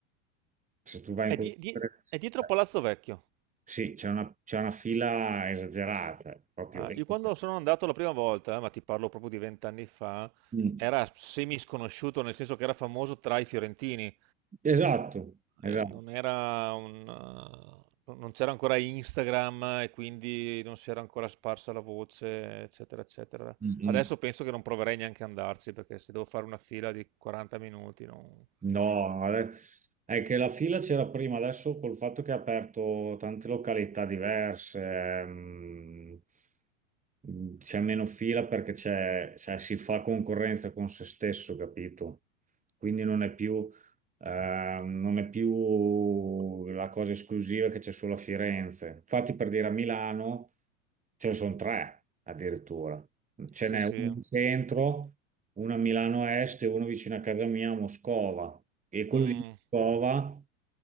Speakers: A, on the right; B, on the right.
A: se tu vai
B: È,
A: in quello
B: di-
A: di
B: di-
A: Firenze,
B: è dietro
A: eh,
B: Palazzo Vecchio.
A: sì, c'è una, c'è una fila esagerata, proprio.
B: Ah,
A: esagerata.
B: io quando sono andato la prima volta, eh, ma ti parlo proprio di vent'anni fa,
A: Mm.
B: era semi sconosciuto, nel senso che era famoso tra i fiorentini.
A: Esatto, esatto.
B: Eh, non era un, eh, non c'era ancora Instagram e quindi non si era ancora sparsa la voce, eccetera, eccetera.
A: Mm, mm.
B: Adesso penso che non proverei neanche ad andarci perché se devo fare una fila di 40 minuti, non...
A: No, ade- è che la fila c'era prima, adesso col fatto che ha aperto tante località diverse, ehm, Mm, c'è meno fila perché c'è, cioè, si fa concorrenza con se stesso, capito? Quindi non è più, eh, non è più la cosa esclusiva che c'è solo a Firenze. Infatti, per dire a Milano ce ne sono tre addirittura. Ce
B: Sì,
A: n'è
B: sì.
A: uno in centro uno a Milano Est e uno vicino a casa mia a Moscova. E quello
B: Mm.
A: di Moscova